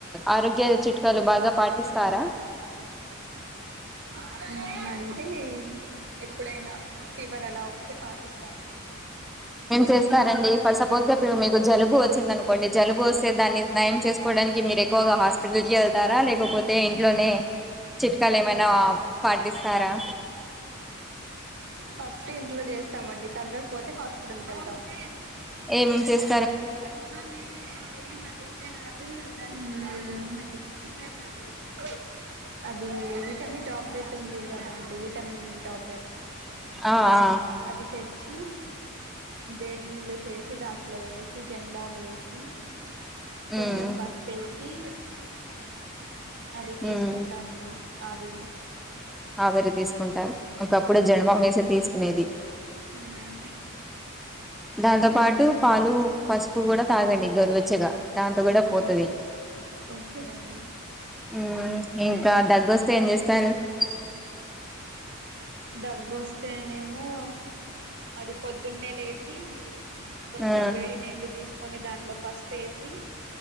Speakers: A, in the centre; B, on the right.
A: ఆరోగ్య చిట్కాలు బాగా పాటిస్తారా
B: ఆ అంటె ఎప్పుడైనా ఫీవర్ అలా వస్తే పాటిస్తాను
A: చేస్తారండి తేడు మీకు జలుబు వచ్చింది అనుకోండి జలుబు వస్తే దాన్ని నయం చేసుకోవడానికి మీరు ఎక్కువగా హాస్పిటల్ కె ళ్తారా లేకపోతే ఇ ఇంట్లోనే చిట్కాలు ఏమైనా పాటిస్తారా
B: ఫస్ట్ ఇంట్లో చేస్తామండి తగ్గకపోతే హాస్పిటల్కి వెళ్తామండి
A: ఏమేమి చేస్
B: సుగమే సేమ్ అదికే నా అన్ పేప అది అది విటమిన్ టాబ్లెట్ ఉంది కదా అండి విటమిన్ ఈ టాబ్లెట్
A: ఆ ఆ
B: అది తెచ్చి వేడి నీళ్ళు చేసి దాంట్లో వేసి జండుబామ్ వేసి కొంచెం
A: ఉమ్
B: పసుపు వేసి అది తీసుకుంటంఅండి
A: ఉమ్
B: ఆవిరి
A: ఆవిరి తీసు కుంటారు ఒకప్పుడు
B: మ్మ్
A: జన్డుబామ్ వేసి తీసుకునేది
B: మ్మ్
A: దాంతో పాటు పాలు పసుపు కూడా తాగండి గోరువెచ్చగా దాంతో కూడా
B: మ్మ్
A: పోతది
B: ఓకేనండి
A: ఉమ్ ఇంకా దగ్గొస్తే ఏం చేస్తారు <inaudible>
B: దగ్గొస్తేనేమో అది పొద్దున్నే లేసి కొంచెం
A: ఆ
B: వేడి నీళ్ళు తీసుకొని దాంట్లో పసుపు వేసి